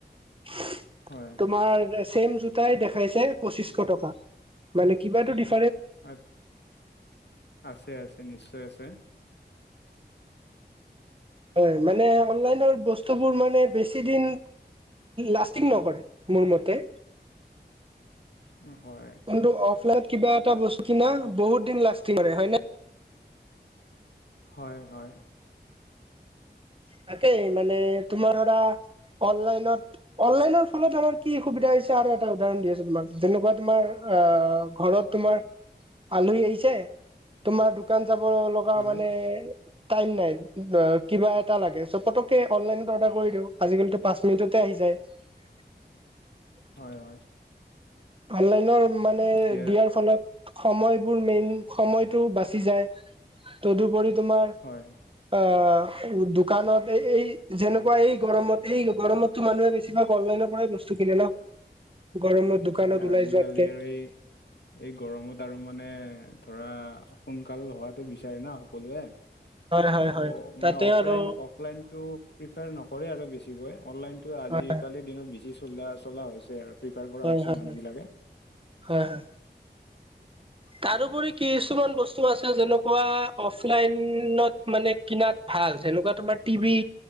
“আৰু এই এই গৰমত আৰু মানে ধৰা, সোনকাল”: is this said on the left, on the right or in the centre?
Left